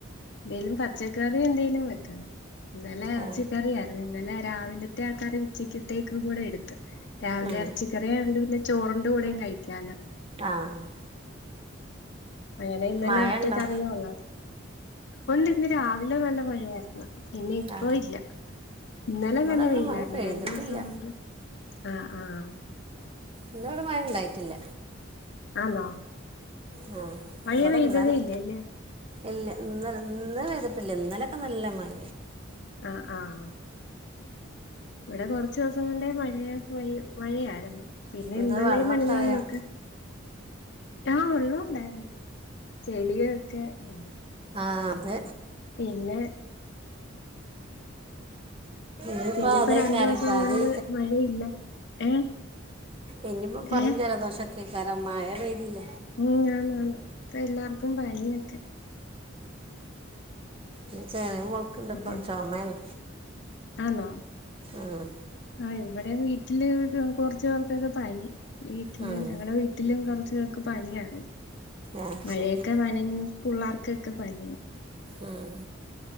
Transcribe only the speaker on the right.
ആ
ഉം.
ആഹ് ആഹ്
മഴ
ഉണ്ടോ
ആ
ഇവിടെ
ഒന്നും
മഴ പെയ്തിട്ടില്ല
ഇന്ന ഇവിടെ മഴ ണ്ടായിട്ടില്ല
ആ
ഇവിടെ
ഇന്നലെ
ഇല്ല ഇന്നല ഇന്ന വ്തിട്ടില്ല ഇന്നലൊക്കെ നല്ല മഴ
എന്താ
വെള്ളമൊക്കെ
ആയോ
ആഹ് അതെ
ഇനിയിപ്പോൾ
അതേ
കാര്യം പാതി
ഇനിപ്പോ പനിയും
ജലദോഷം കേക്കാര മായ പെയ്തില്ല
ഇത് ചെറിയ മോൾക്കുണ്ട്
ഇപ്പോൾ ചുമയാണ്
ഉം,
ഉം.
ആ
ശരി
ആഹ്